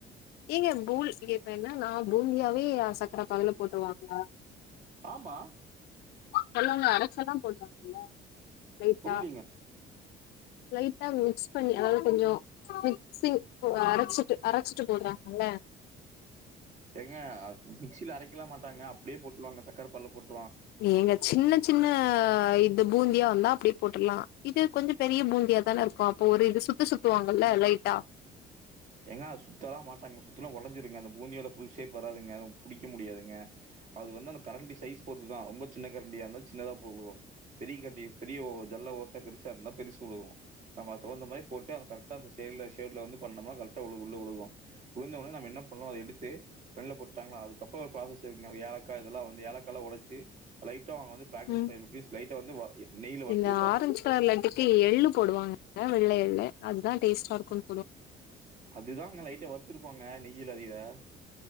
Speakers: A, on the left (about 70°); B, on the right (about 45°).
A: ஏங்க பூந் இங்க இப்ப என்ன நா பூந்தியாவே சக்கரை பகுல போட்ருவாங்களா
B: ஆமா
A: சொல்லுங்க அரைச்சல்லா போடுவாங்கலா லைட்டா
B: புரியலீங்க.
A: லைட்டா மிக்ஸ் பண்ணி அதாவது கொஞ்சோ மிக்சிங் அரைச்சிட்டு அரைச்சிட்டு போடுறாங்கல்ல
B: எங்க மிக்சிங் அரைக்கல மாட்டாங்க அப்டியே போட் வாங்க சக்கர பகுல போட்டு
A: எங்க சின்ன சின்ன இது பூந்தியா வந்தா அப்டி போட்டுல்லா இது கொஞ்சோ பெரிய பூந்தியா தானே இருக்கும் அப்போ ஒரு இது சுத்து சுத்துவாங்கல்ல லைட்டா
B: ஏங்க சுத்தல்லா மாட்டாங்க சுத்துனா ஒடஞ்சிருங்க அந்த பூந்தியோட ஃபுல் ஷேப் வராதுங்க புடிக்க முடியாதுங்க அது வந்து அந்த கரண்டி சைஸ் பொறுதுதா ரொம்ப சின்ன கரண்டியாக இருந்தா சின்னதா போடுவோ பெரிய கரண்டி பெரிய ஜல்ல ஓட்டா பெசா இருந்தா பெருசு உழுகும் நம்ம அது தகுந்த மாதிரி போட்டு அ கரெக்டா அந்த செவவு செவுல வந்து பண்ணோம்னா கரெக் கரெக்டா உழு உள்ள உழுகோ உழுந் ஒண்ணே நம்ம என்ன பண்ணோ அத எடுத்து தண்ல போட்டாங்களா அதுக்கப்றோ ஒரு ப்ராசஸ் இருக்குங்க அது ஏலக்கா இதல்ல வந்து ஏலக்கால்லா ஒடச்சி லைட்டா அவங்க வந்து ஃப்ராக்னஸ்
A: உம்
B: பண்ணி பீஸ் லைட்டா வந்து வ நெய்யில வறுத்திருப்பாங்க
A: இந்த ஆரஞ்சு கலர் லட்டுக்கு எள்ளு போடுவாங்க வெள்ள எள்ளு அத்தா டேஸ்ட இருக்கும்
B: அதுதாங்க லைட்ட வருத்திருப்பாங்க நெய் கிழ வரியா